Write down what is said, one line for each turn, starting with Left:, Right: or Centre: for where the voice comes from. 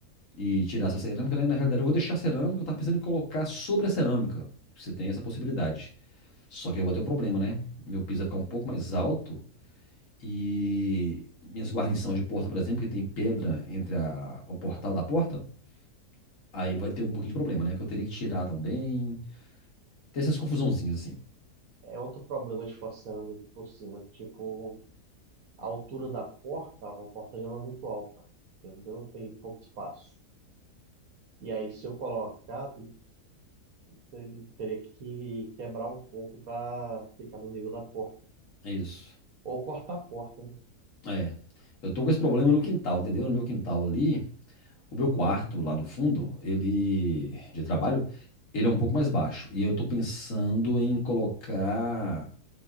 Left: e tirar essa cerâmica, né? Na realidade, eu vou deixar a cerâmica, eu tava pensando em colocar sobre a cerâmica. Você tem essa possibilidade. Só que aí eu vou ter um problema, né? Meu piso vai ficar um pouco mais alto e minhas guarnições de porta, por exemplo, que tem pedra entre a- o portal da porta, aí vai ter um pouquinho de problema, né? Que eu teria que tirar também. Tem essas confusãozinhas assim.
Right: É outro problema de Forçando aqui por cima, que tipo, a altura da porta, a porta já não é muito alta, entendeu? Tem pouco espaço. E aí, se eu colocar, tem que- ter- teria que quebrar um pouco para ficar no nível da porta.
Left: É isso.
Right: Ou cortar a porta, né?
Left: É. Eu tô com esse problema no quintal, entendeu? No meu quintal ali, O meu quarto, lá no fundo, ele de trabalho, ele é um pouco mais baixo. E eu tô pensando em colocar